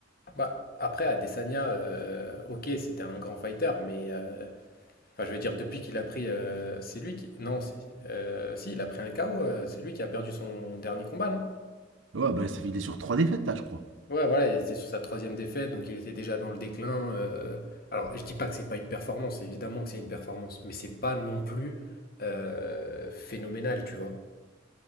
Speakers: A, on the left; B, on the right.
A: Bah, après, Adesanya, euh, ok, c'était un grand fighter, mais. euh, Enfin, je veux dire, depuis qu'il a pris. euh, c'est lui qui. Non, c'est- euh, si, il a pris un KO. euh, c'est lui qui a perdu son dernier combat, non?
B: Ouais, bah, ça, il est sur trois défaites, là, je crois.
A: Ouais, voilà, et c'est sur sa troisième défaite, donc il était déjà dans le déclin. euh, Alors, je dis pas que c'est pas une performance, évidemment que c'est une performance, mais c'est pas non plus euh, phénoménal, tu vois.